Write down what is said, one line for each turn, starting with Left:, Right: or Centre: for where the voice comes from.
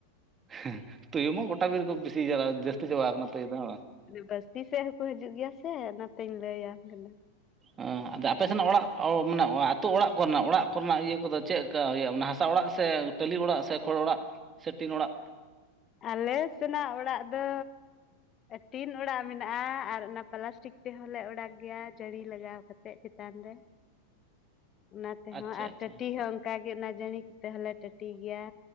Right: ᱦᱮᱸ ᱛᱩᱭᱩ ᱢᱟ ᱜᱚᱴᱟ ᱵᱤᱨ ᱠᱚ ᱵᱤᱥᱤ ᱡᱟᱨᱟ ᱡᱟᱹᱥᱛᱤ ᱪᱟᱵᱟ ᱟᱠᱟᱱᱟ ᱛᱩᱭᱩ ᱫᱚ ᱦᱮᱸ ᱵᱟᱝ
Left: ᱵᱟᱥᱛᱤ ᱥᱮᱜ ᱦᱚᱸ ᱠᱚ ᱦᱤᱡᱩᱜ ᱜᱮᱭᱟ ᱥᱮ ᱚᱱᱟ ᱛᱮᱧ ᱞᱟᱹᱭ ᱟᱢ‌ ᱠᱟᱱᱟ
Right: ᱟ ᱟᱫᱚ ᱟᱯᱮ ᱥᱮᱱᱟᱜ ᱚᱲᱟᱜ ᱢᱟᱱᱮ ᱟᱹᱛᱩ ᱚᱲᱟᱜ ᱠᱚ ᱨᱮᱱᱟᱜ ᱚᱲᱟᱜ ᱠᱚ ᱨᱮᱱᱟᱜ ᱤᱭᱟᱹ ᱠᱚᱫᱚ ᱪᱮᱜ ᱠᱟ ᱦᱩᱭᱩᱜ-ᱟ ᱢᱟᱱᱮ ᱦᱟᱥᱟ ᱚᱲᱟᱜ ᱥᱮ ᱴᱟᱹᱞᱤ ᱚᱲᱟᱜ ᱥᱮ ᱠᱷᱚᱲ ᱚᱲᱟᱜ ᱥᱮ ᱴᱤᱱ ᱚᱲᱟᱜ
Left: ᱟᱞᱮ ᱥᱮᱱᱟᱜ ᱚᱲᱟᱜ ᱫᱚ ᱴᱤᱱ ᱚᱲᱟᱜ ᱢᱮᱱᱟᱜ-ᱟ ᱟᱨ ᱚᱱᱟ ᱯᱞᱟᱥᱴᱤᱠ ᱛᱮᱦᱚᱸ ᱞᱮ ᱚᱲᱟᱜ ᱜᱮᱭᱟ ᱡᱟᱸᱲᱤ ᱞᱟᱜᱟᱣ ᱠᱟᱛᱮᱜ ᱪᱮᱛᱟᱱ ᱨᱮ
Right: <inaudible>
Left: ᱚᱱᱟ ᱛᱮ
Right: ᱟᱪᱪᱷᱟ
Left: ᱦᱚᱸ ᱟᱨ
Right: ᱟᱪᱪᱷᱟ
Left: ᱴᱟᱹᱴᱤ ᱦᱚᱸ ᱚᱱᱠᱟ ᱜᱮ ᱚᱱᱟ ᱡᱟᱸᱲᱤ ᱠᱚ ᱛᱮ ᱦᱚᱸᱞᱮ ᱴᱟᱹᱴᱤ ᱜᱮᱭᱟ